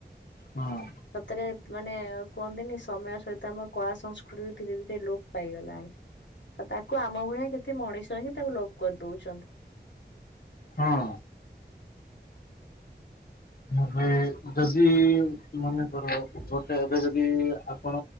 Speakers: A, on the left; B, on the left.
A: ହଁ।
B: ସତରେ ମାନେ କୁହନ୍ତିନି ସମୟ ସହିତ ଆମ କଳା ସଂସ୍କୃତି ଧୀରେ ଧୀରେ ଲୋପ ପାଇଗଲାଣି ଆଉ ତାକୁ ଆମ ଭଳିଆ କେତେ ମଣିଷ ହିଁ ତାକୁ ଲୋଭ କରିଦଉଛନ୍ତି।
A: ହଁ। ନହେଲେ ଯଦି ମନେ କର ଗୋଟେ ଏବେ ଯଦି ଆପଣ